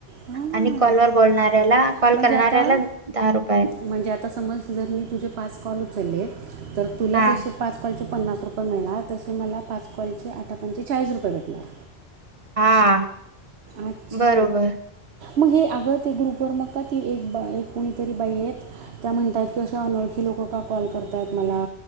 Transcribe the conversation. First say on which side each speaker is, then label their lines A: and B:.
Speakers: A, on the right (about 85°); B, on the right (about 35°).
A: हा ना
B: आणि कॉल वर बोलणार त्याला कॉल
A: म्हणजे
B: करणाऱ्याला
A: आता
B: दहा रुपये
A: म्हणजे आता समज जर मी तुझे पाच कॉल उचलले, तर तुला
B: हा
A: जशे पाच कॉलचे पन्नास रुपये मिळणार. तसे मला पाच कॉल चे आठापंचे चाळीस रुपये भेटणार.
B: हा.
A: अच्छा,
B: बरोबर
A: मग हे अगं ते ग्रुपवर मग का ती एक बाई, एक कोणीतरी बाई, आहेत. त्या म्हणतात की अशा अनोळखी लोक हो का कॉल करताय मला,